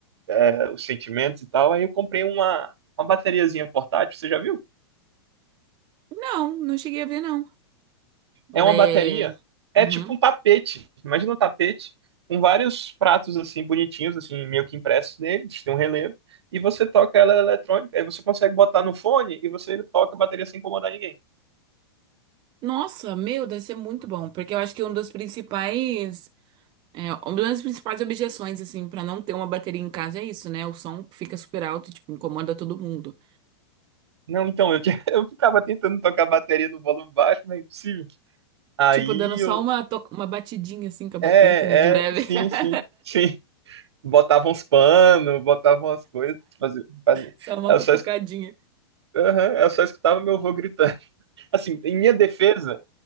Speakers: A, on the right; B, on the right.
A: é, os sentimentos e tal. Aí eu comprei uma, uma bateriazinha portátil, você já viu?
B: Não, não cheguei a ver não.
A: É
B: Ela
A: uma
B: é
A: bateria, é
B: Uhum.
A: tipo um tapete. Imagina um tapete com vários pratos assim bonitinhos, assim, meio que impressos neles, tem um relevo, e você toca ela eletrônica, aí você consegue botar no fone e você toca a bateria sem incomodar ninguém.
B: Nossa, meu, deve ser muito bom, porque eu acho que um dos principais É, uma das principais objeções, assim, pra não ter uma bateria em casa é isso, né? O som fica super alto, tipo, incomoda todo mundo.
A: Não, então, eu, tinha- <laughs> eu ficava tentando tocar a bateria no volume baixo, mas é impossível. Aí
B: Tipo, dando só
A: eu.
B: uma, to- uma batidinha, assim, com a baqueta,
A: É,
B: né? De leve.
A: é, sim,
B: <laughs>
A: sim, sim. Botavam uns panos, botavam as coisas, fazia, fazia-
B: Só uma
A: eu
B: cutucadinha.
A: só Aham, eu só escutava meu avô gritando. <laughs> Assim, em minha defesa,